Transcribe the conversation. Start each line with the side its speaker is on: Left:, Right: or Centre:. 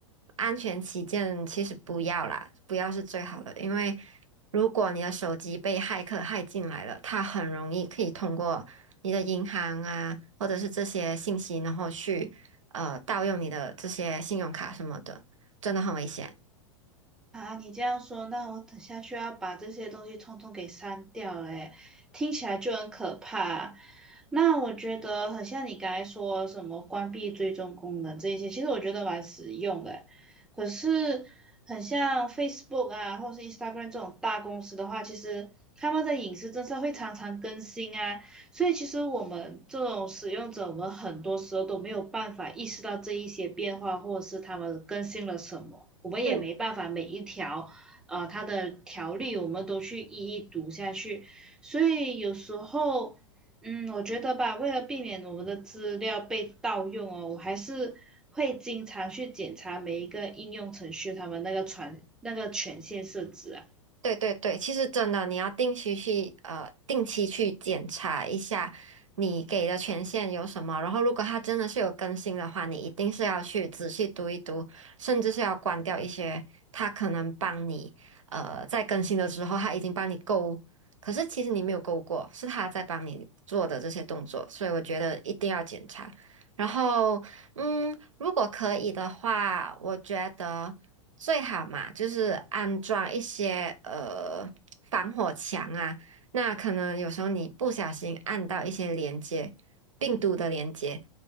Right: 安全起见，其实不要啦，不要是最好的，因为如果你的手机被骇客骇进来了，它很容易可以通过你的银行啊，或者是这些信息，然后去呃盗用你的这些信用卡什么的，真的很危险。
Centre: 啊，你这样说，那我等下去要把这些东西通通给删掉了，诶，听起来就很可怕。那我觉得很像你刚才说什么关闭追踪功能这一些，其实我觉得蛮实用的诶可是很像 Facebook 啊，或是 Instagram 这种大公司的话，其实他们的隐私政策会常常更新啊，所以其实我们这种使用者，我们很多时候都没有办法意识到这一些变化，或者是他们更新了什么，我们也没办法每一条，
Right: 嗯。
Centre: 呃，它的条例我们都去一一读下去。所以有时候，嗯，我觉得吧，为了避免我们的资料被盗用哦，我还是会经常去检查每一个应用程序他们那个权那个权限设置啊。
Right: 对对对，其实真的，你要定期去呃定期去检查一下你给的权限有什么，然后如果它真的是有更新的话，你一定是要去仔细读一读，甚至是要关掉一些它可能帮你呃在更新的时候它已经帮你勾，可是其实你没有勾过，是它在帮你做的这些动作，所以我觉得一定要检查。然后，嗯，如果可以的话，我觉得。最好嘛，就是安装一些呃防火墙啊。那可能有时候你不小心按到一些连接，病毒的连接，